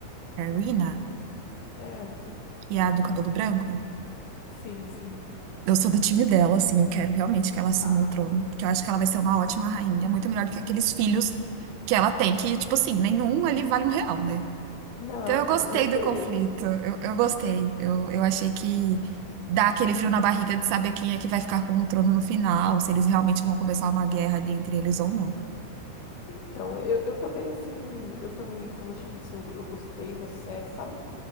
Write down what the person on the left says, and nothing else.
É,
sim, sim.
Ah,
ah.
Não,
com
certeza.
Então, eu, eu também, assim, eu também, como eu te disse, eu, eu gostei da série, sabe?